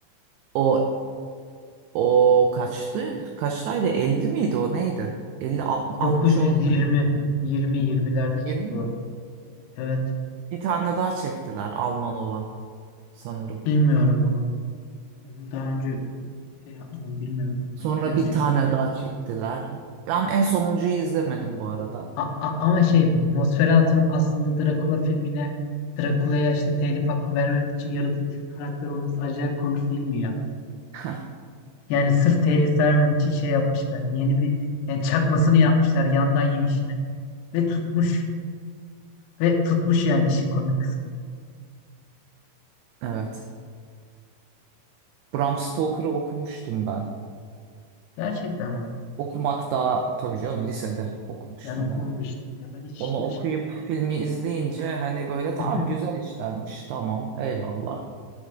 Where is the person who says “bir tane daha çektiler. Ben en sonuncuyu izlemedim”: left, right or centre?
Right